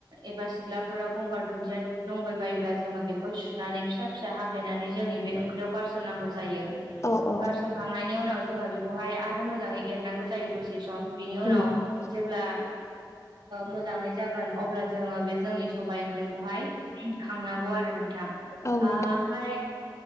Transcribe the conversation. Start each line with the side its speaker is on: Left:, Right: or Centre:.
Right: एबा सिथ्लाफोराव गंगार दुन्दिया दंबायबायोब्ला जोङो बेखौ सनानै फिसा फिसा हाब्लेनानै जोंनि बे ओंख्रि गारनांगौ जायो।
Left: औ
Right: खांनायनि
Left: औ
Right: उनाव जोङो बेखौहाय आरो मोजाङै एरनांगौ जायो दसे सम। बिनि उनाव
Left: उम उम
Right: जेब्ला मोजाङै जागोन अब्ला जोङो बे जोंनि सबाइ ओंख्रिखौहाय खांनांगौ आरो नोंथां
Left: औ
Right: ओमफ्राय
Left: नोंथां